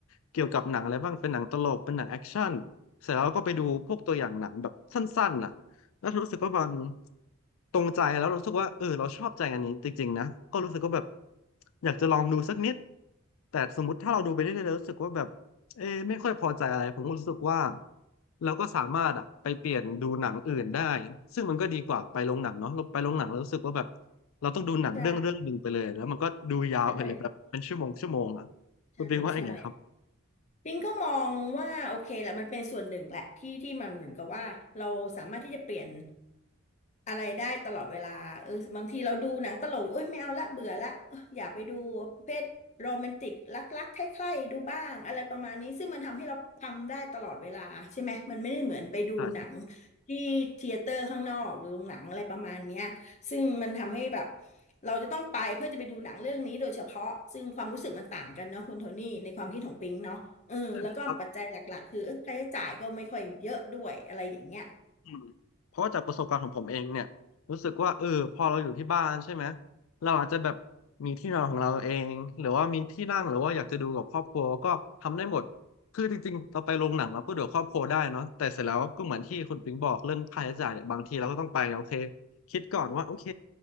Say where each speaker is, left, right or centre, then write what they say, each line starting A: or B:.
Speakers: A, on the left; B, on the left.
A: เกี่ยวกับหนังอะไรบ้างเป็นหนังตลกเป็นหนังแอคชั่นเสร็จแล้วก็ไปดูพวกตัวอย่างหนังแบบสั้นๆน่ะ แล้วรู้สึกว่ามันตรงใจแล้วรู้สึกว่าเออเราชอบใจอันนี้จริงๆนะก็รู้สึกว่าแบบอยากจะลองดูสักนิดแต่สมมติถ้าเราดูไปเรื่อยๆแล้วรู้สึกว่าแบบเออไม่ค่อยพอใจอะไรผมก็รู้สึกว่าเราก็สามารถอะไปเปลี่ยนดูหนังอื่นได้ซึ่งมันก็ดีกว่าไปโรงหนังเนาะเราไปโรงหนังแล้วรู้สึกว่าแบบเราต้องดูหนังเรื่องเรื่องหนึ่งไปเลยแล้วมันก็ดูยาวไปเลยแบบเป็นชั่วโมงชั่วโมงอะ
B: ใช่ใช่ใช่ใช่
A: คุณปิงว่ายังไงครับ
B: ปิงก็มองว่าโอเคแหละมันเป็นส่วนหนึ่งแหละที่ที่มันเหมือนกับว่าเราสามารถที่จะเปลี่ยนอะไรได้ตลอดเวลาเออบางทีเราดูหนังตลกอยู่โอ้ยไม่เอาละเบื่อละเอออยากไปดูประเภทโรแมนติกรักๆใคร่ๆดูบ้างอะไรประมาณนี้ซึ่งมันทำให้เราทำได้ตลอดเวลาใช่ไหมมันไม่ได้เหมือนไปดูหนัง
A: ใช่
B: ที่เธียเตอร์ข้างนอกหรือโรงหนังอะไรประมาณเนี้ยซึ่งมันทำให้แบบเราจะต้องไปเพื่อจะไปดูหนังเรื่องนี้โดยเฉพาะซึ่งความรู้สึกมันต่างกันเนาะคุณโทนี่ในความคิดของปิงเนาะ เออแล้วก็ปัจจัยหลักๆคือเออค่าใช้จ่ายก็ไม่ค่อยเยอะด้วยอะไรอย่างเงี้ย
A: ใช่ครับ อืมเพราะว่าจากประสบการณ์ของผมเองเนี่ยรู้สึกว่าเออพอเราอยู่ที่บ้านใช่ไหมเราอาจจะแบบมีที่นอนของเราเองหรือว่ามีที่นั่งหรือว่าอยากจะดูกับครอบครัวก็ทำได้หมดคือจริงๆเราไปโรงหนังเราก็ดูกับครอบครัวได้เนาะแต่เสร็จแล้วก็เหมือนที่คุณปิงบอกเรื่องค่าใช้จ่ายเนี่ยบางทีเราก็ต้องไปโอเคคิดก่อนว่าโอเค